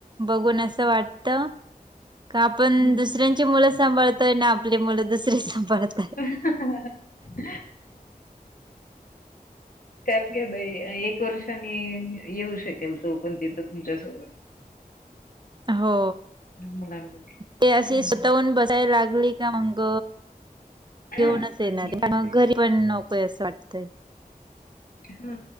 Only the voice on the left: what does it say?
हम्म,
<inaudible> त्यात काय नाही, एक वर्षानी येऊ शकेल तो पण तिथं तुमच्यासोबत.
मुलांमध्ये
हम्म.
हा,
घेऊन
जाईल.
हा